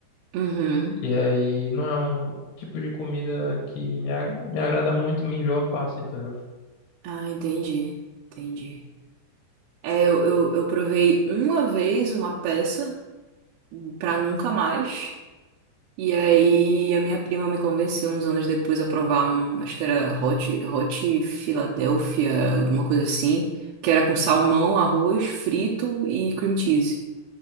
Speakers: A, on the right; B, on the left.
A: Uhum.
B: E aí não é um tipo de comida que me, a- me agrada muito, me enjoa fácil, entendeu?
A: Ah, entendi. Entendi. É, eu, eu, eu provei uma vez uma peça pra nunca mais. E aí a minha prima me convenceu uns anos depois a provar um, acho que era Hot, Hot Philadelphia, alguma coisa assim, que era com salmão, arroz frito e cream cheese.